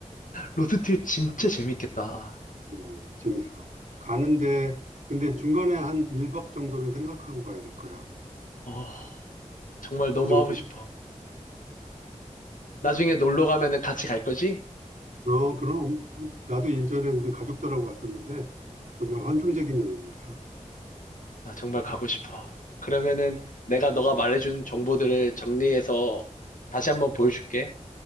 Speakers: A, on the left; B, on the right.
A: 로드트립 진짜 재밌겠다.
B: 어, 재밌어. 가는데, 근데 중간에 한 1박 정도는 생각하고 가야 될 거야.
A: 어, 정말 너무
B: 그 정도.
A: 하고 싶어. 나중에 놀러 가면은 같이 갈 거지?
B: 어, 그럼. 나도 예전에 우리 가족들하고 갔었는데, 정말 환상적인 여행이었어.
A: 나 정말 가고 싶어. 그러면은 내가 너가 말해준 정보들을 정리해서 다시 한번 보여줄게.